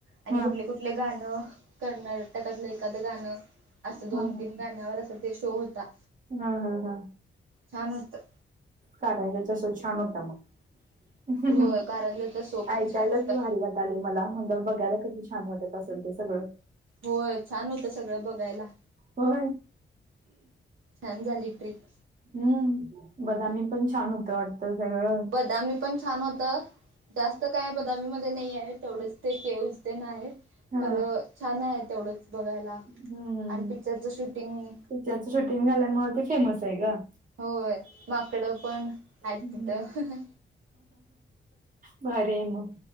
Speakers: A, on the right; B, on the right.
A: आणी
B: हा
A: कुठले कुठल गाणं, कर्नाटकात एखादं गाणं, असं दोन
B: हा हा
A: तीन गाण्यावर अस ते शो होता.
B: हा हा हा
A: छान होतं.
B: कारंजाचा शो छान होता मग,
A: होय कारंजाचा शो पण
B: ऐकायलांच
A: छान होता
B: भारी वाट आणि मला म्हणल, बघायला किती छान वाटत असल ते सगळं.
A: होय. छान होतं सगळं बघायला.
B: होय
A: छान झाली ट्रिप
B: हम्म, बदामी पण छान होतं वाटतं सगळं
A: बदामी पण छान होतं. जास्त काय बदामी मध्ये नाहीये. तेवढंच ते केऊज तेनं आहेत.
B: हा
A: खरं छान आहे तेवढंच बघायला.
B: हम्म, हम्म,
A: आणि
B: हम्म,
A: पिक्चरचं शूटिंग
B: पिक्चरच शूटिंग झाल्यामुळे ते फेमस हाय गं.
A: होय, माकडं पण हायेत
B: हम्म
A: तिथं
B: भारी ये म,